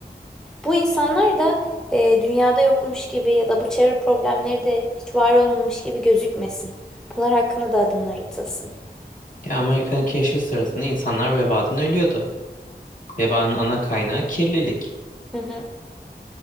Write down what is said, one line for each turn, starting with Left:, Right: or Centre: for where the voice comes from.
Centre: Bu insanlar da e, dünyada yokmuş gibi ya da bu çevre problemleri de hiç var olmamış gibi gözükmesin. Bunlar hakkında da adımlar atılsın.
Left: Ya Amerika'nın keşfi sırasında insanlar vebadan ölüyordu. Vebanın ana kaynağı kirlilik.
Centre: Hı hı. <laughs>